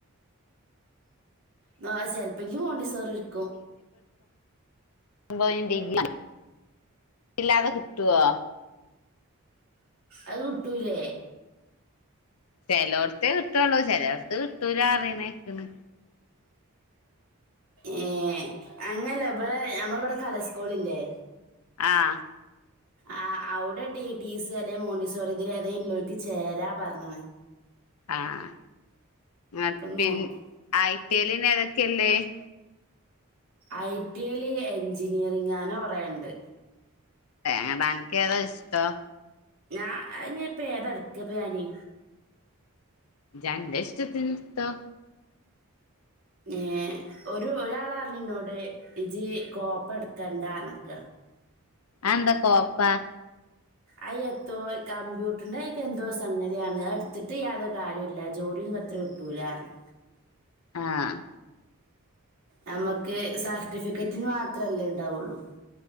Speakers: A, on the right; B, on the left.
A: നോ ചെലപ്പ- ഇത് മോണ്ടിസോറി ഇട്ക്കും
B: അമ്പ <unintelligible> തിന ഡിഗി ഇല്ലാതെ കിട്ടുവോ
A: അത് കുട്ടൂല്ലേ
B: ചിലോടത്തെ കിട്ടുവള്ളോ ചിലോടത്ത് കിട്ടൂല അറീണയ്ക്ക്ണ്
A: ഏ അങ്ങനല്ലേ ഇവിടെ ഞമ്മള ഇവിടെ കല സ്കൂള ഇല്ലേ
B: ആഹ്
A: ആ അവിടെ ടി ടീസ് അല്ലെ മോണ്ടിസോറി ഇതിലേലോക്ക്ക്ക് ചേരാ പറഞ്ഞ്ണ്
B: ആഹ് അത്
A: നോക്കി
B: പിൻ ആയി േലിനെ അതൊക്കെയല്ലേ <unintelligible>
A: ഐ ടി യില് എഞ്ജിനീയറിങ്ങാ അങ്ങനെ കുറേ ഉണ്ട്
B: തനിക്ക് ഏതാ ഇഷ്ട്ടം
A: ഞാ ഞാനിപ്പ ഏതാ എടുക്ക്യ ഇപ്പൊ ഞാന്
B: തന്റെ ഇഷ്ടത്തിന് എടുത്തോ
A: ഏഹ് ഒരു ഒരാളാരന് ഇന്നോട് ഇജി കോപ്പ എടുക്കാണ്ടാന്നക്ക
B: ആന്താ കോപ്പാ
A: അയ് എത്തോ കമ്പ്യൂട്ടറിന്റെ അക്ക എന്തോ സംഗതിയാണ് അത എടുത്തിട്ട് യാതൊ കാര്യം ഇല്ല ജോലി അത്ര കിട്ടൂലാ ർഞ്ഞു
B: ആഹ്
A: നമ്മുക്ക് സർട്ടിഫിക്കറ്റിന് മാത്രല്ലേ ഇണ്ടാവുള്ളു